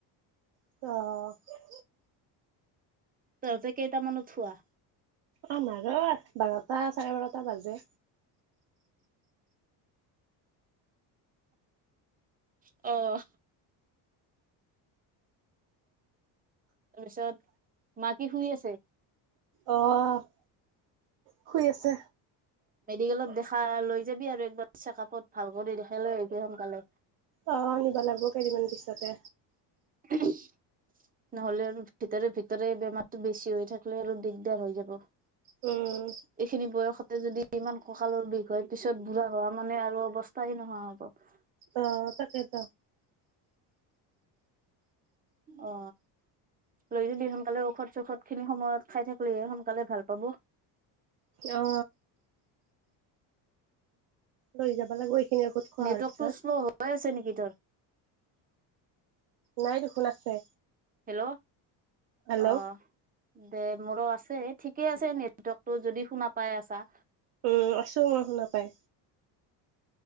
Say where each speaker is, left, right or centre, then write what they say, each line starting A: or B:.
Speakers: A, on the right (about 60°); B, on the right (about 20°).
A: অহ'
B: তহঁতে কেইটামানত শুৱা?
A: আমাৰৰো বাৰটা চাৰে বাৰটা বাজে।
B: অ' তাৰপিছত মা কি শুই আছে?
A: অ' শুই আছে।
B: মেডিকেলত দেখা লৈ যাবি আৰু একবাৰ চেকআপত ভাল কৰি দেখাই লৈ আহিবি সোনকালে।
A: অ' নিবা লাগিব কেইদিনমান পিছতে।
B: <inaudible> নহ'লে আৰু ভিতৰে ভিতৰে বেমাৰতটো বেছি হৈ থাকিলে আৰু দিগদাৰ হৈ যাব।
A: উম।
B: এইখিনি বয়সতে যদি ইমান কঁকালৰ বিষ হয় পিছত বুঢ়া হোৱা মানে আৰু অৱস্থাহে নোহোৱা হ'ব।
A: অ তাকেত
B: অ লৈ যাবি সোনকালে ঔষধ চৌষধ খিনি সময়ত খাই থাকিলেহে সোনকালে ভাল পাব।
A: অ লৈ যাব লাগিব এইখিনি ঔষধ খোৱা
B: নেটৱৰ্কটো
A: হোৱাৰ পিছত
B: শ্ল' হৈ আছে নেকি তৰ?
A: নাই দেখোন আছে।
B: হেল্ল'
A: হেল্ল'
B: অ দে মোৰো আছে। ঠিকে আছে নেটৱৰ্ক টো যদি শুনা পাই আছা।
A: উম আছোঁ মই শুনা পাই।